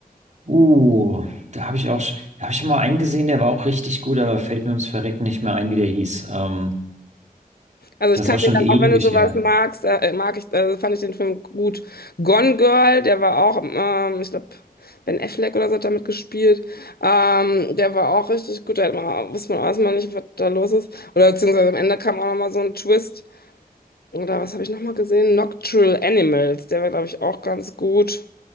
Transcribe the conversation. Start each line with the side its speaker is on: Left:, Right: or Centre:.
Right: Uh, da habe ich auch, sch- da habe ich schon mal einen gesehen, der war auch richtig gut, aber fällt mir ums Verrecken nicht mehr ein, wie der hieß. Ähm,
Left: Also
Right: das
Left: ich kann
Right: ist auch schon
Left: dir dann,
Right: ewig
Left: auch wenn du sowas
Right: her.
Left: magst, äh, äh, mag ich, äh, fand ich den Film gut. Gone Girl, der war auch, ähm, ich glaube, Ben Affleck oder so hat damit gespielt. Ähm, der war auch richtig gut. Da hat man, wusste man auch erstmal nicht, was da los ist. Oder beziehungsweise am Ende kam auch nochmal so ein Twist. Oder was habe ich nochmal gesehen? Nocturnal Animals, der war, glaube ich, auch ganz gut.